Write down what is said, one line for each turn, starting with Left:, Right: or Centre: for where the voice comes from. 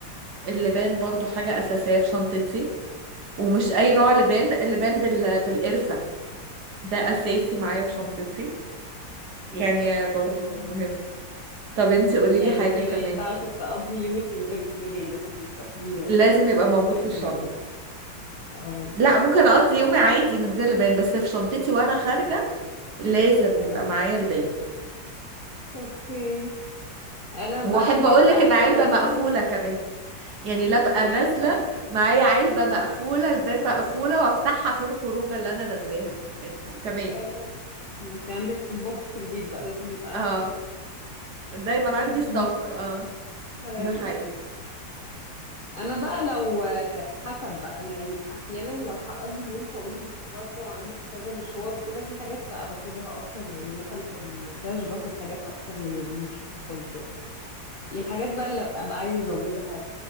Right: اللبان برضو
Left: اوكي
Right: حاجة أساسية في شنطتي ومش
Left: مم.
Right: أي نوع لبان اللبان بال... بالقرفة ده أساسي
Left: آه.
Right: معايا في شنطتي يعني برضو
Left: مم.
Right: مهم طب انتي قوليلي
Left: يعني
Right: حاجة
Left: انتي
Right: كمان
Left: ما ينفعش تقضي يومك من غير لبان لازم يبقى فيه
Right: لازم يبقى موجود في
Left: لبان
Right: الشنطة
Left: اه
Right: لا ممكن أقضي
Left: انا
Right: يومي عادي من غير لبان بس في شنطتي وأنا خارجة لازم
Left: اه
Right: يبقى معايا لبان
Left: اوكي انا
Right: وأحب
Left: بقى بيبقى
Right: أقولك إن
Left: احيانا
Right: علبة مقفولة كمان يعني لا بقى
Left: كمان
Right: نازلة
Left: طب
Right: معايا علبة مقفولة لبان مقفولة وأفتحها في الخروجة اللي أنا نازلاها يعني كمان
Left: اه انتي عندك بوكس في البيت بقى لازم يبقى
Right: اه
Left: عندك
Right: دايما عندي
Left: كتير
Right: ستوك اه
Left: اي
Right: ده حقيقي
Left: انا بقى لو حسب بقى يعني احيانا لو هقضي يوم طويل بره عندي كذا مشوار وكده في حاجات بقى باخدها اكتر يعني مثلا في المكياج باخد حاجات اكتر من الروج هاخد يعني الحاجات بقى اللي ابقى عايزه ازودها